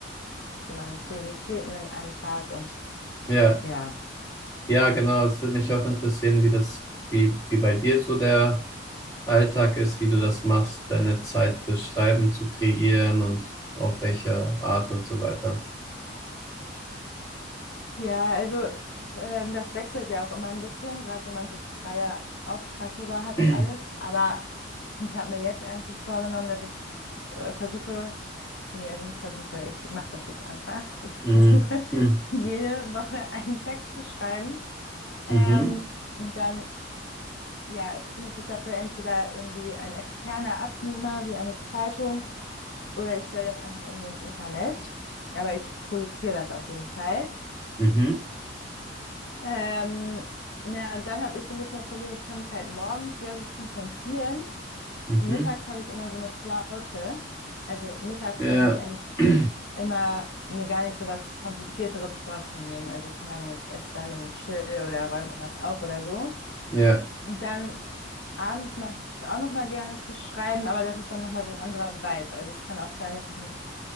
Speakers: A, on the left; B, on the left.
A: ich so meine Prioritäten an einem Tag und
B: ja,
A: ja.
B: ja, genau. Es würde mich auch interessieren, wie das, wie, wie bei dir so der Alltag ist, wie du das machst, deine Zeit für Schreiben zu kreieren und auf welche Art und so weiter.
A: Ja, also ähm, das wechselt ja auch immer ein bisschen, gerade wenn man so freie Auftraggeber hat
B: <clears throat>
A: und alles. Aber ich habe mir jetzt eigentlich vorgenommen, dass ich äh, versuche, nee, also nicht versuche, ich mache das jetzt einfach. Ich <laughs>
B: Mhm.
A: versuche
B: Mhm.
A: jede Woche einen Text zu schreiben. Ähm,
B: Mhm.
A: und dann ja, findet sich dafür entweder irgendwie ein externer Abnehmer wie eine Zeitung oder ich stelle das einfach irgendwie ins Internet. Aber ich produziere das auf jeden Fall.
B: Mhm.
A: Ähm, na, und dann habe ich so ein bisschen das Problem, ich kann mich halt morgens sehr gut konzentrieren
B: Mhm.
A: und mittags habe ich immer so eine Flaute. Also mittags
B: Ja,
A: versuche ich eigentlich
B: <clears throat>
A: immer, mir gar nicht so was Komplizierteres vorzunehmen. Also keine Ahnung, ich esse dann und chill oder räume irgendwas auf oder so.
B: ja,
A: Und dann abends mag ich das auch nochmal gerne zu schreiben, aber das ist dann nochmal so ein anderer Vibe. Also es kann auch sein, dass ich mich